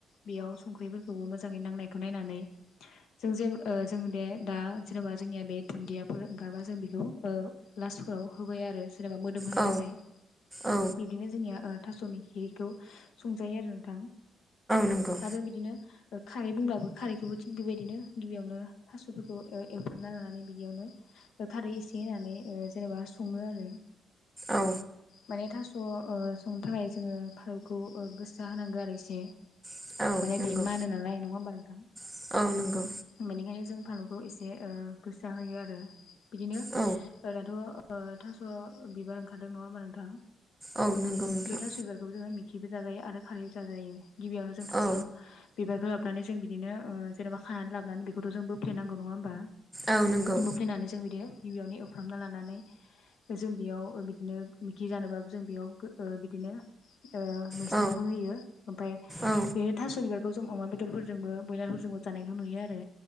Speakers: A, on the left (about 70°); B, in the centre.
A: बेयाव संख्रिफोरखौबो मोजाङै नांनायखौ नायनानै जों जे ओ जों दे दा जेनेबा जोंनिया बे दुनदिया ओंखारबा जों बेखौ ओ लासफोराव होबाय आरो जेनेबा मोदोम होनो
B: औ
A: थाखाय
B: औ
A: बिदिनो जोंनिया अ थास' मिखिखौ संजायो आरो नोंथां
B: नंगौ
A: आरो बिदिनो अ खारै बुंब्लाबो खारैखौबो थिग बेबायदिनो गिबियावनो थास'फोरखौ एवफ्रामना लानानै बिदियावनो खारै एसे होनानै अ जेनेबा सङो आरो
B: औ
A: माने थास' अ संनो थाखाय जोङो फालौखौ अ गोसासा होनांगौ आरो एसे
B: औ
A: माने
B: नंगौ
A: बे मानो नालाय नङा होमबा नोंथां
B: औ नंगौ
A: बेनिखायनो जों फालुखौ एसे गोसा होयो आरो बिदिनो
B: औ
A: जोंनाथ' थास' बिबार ओंखारदों नङा होनबा नोंथां
B: औ नंगौ नोंथां
A: बे थास' बिबारखौबो जोङो मिखिबो जाजायो आरो खारैबो जाजायो गिबियावनो जों थास'
B: औ
A: बिबारफोरा हाबनानै जों बिदिनो अ जेन'बा खानानै लाबोनानै बेखौथ' जों बोफ्ले नांगौ नङा होमबा?
B: औ नंगौ
A: बोफ्लेनानै जों बिदि गिबियावनो एवफ्रामना लानानै। जों बेयाव बिदिनो मिखि जानोबा जों बेयाव बिदिनो अ मेस्तफोर
B: औ
A: होयो। ओफ्राय
B: औ
A: बिदिनो थास' बिबार बेखौ जों अमा बेदरफोरजोंबो बयलारफोरजोंबो जानायखौ नुयो आरो